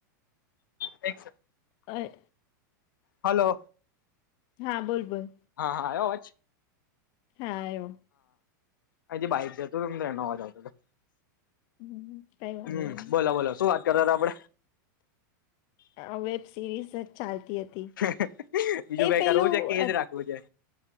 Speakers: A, on the left; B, on the left.
A: એક
B: હા.
A: હલો
B: હા બોલ બોલ
A: હા હા આવ્યો અવાજ
B: હા આયો
A: આજે બાઈક જતો હતું ન તો એનો અવાજ આવતો હતો
B: હમ કઈ વાંધો
A: હમ
B: નહી
A: બોલો બોલો શું વાત કરતા હતા આપડે
B: આ વેબ સીરીઝ ચાલતી હતી
A: હા બીજું
B: એ
A: કઈ
B: પેલું
A: કરવું છે કે એજ
B: અ
A: રાખવું છે